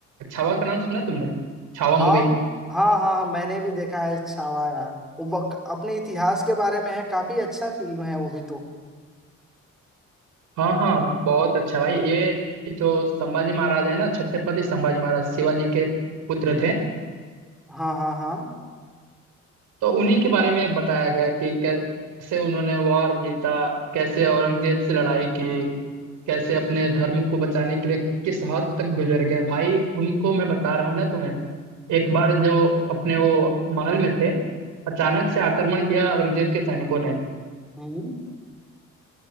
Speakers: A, on the right; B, in the centre.
A: छावा का नाम सुना तुमने छावा
B: हाँ
A: मूवी
B: हाँ हाँ मैंने भी देखा है छावा यार वो बक, अपने इतिहास के बारे में है काफी अच्छा फिल्म है वो भी तो
A: हाँ हाँ बहुत अच्छा भाई ये जो संभाजी महाराज है ना छत्रपति संभाजी महाराज शिवाजी के पुत्र थे
B: हाँ हाँ हाँ
A: तो उन्हीं के बारे में बताया गया कि कैसे उन्होंने वॉर जीता कैसे औरंगजेब से लड़ाई की कैसे अपने धर्म को बचाने के लिए किस हद तक गुजर गए भाई उनको मैं बता रहा हूँ ना तुम्हें एक बार जो अपने वो महल में थे अचानक से आक्रमण किया औरंगजेब के सैनिकों ने
B: हम्म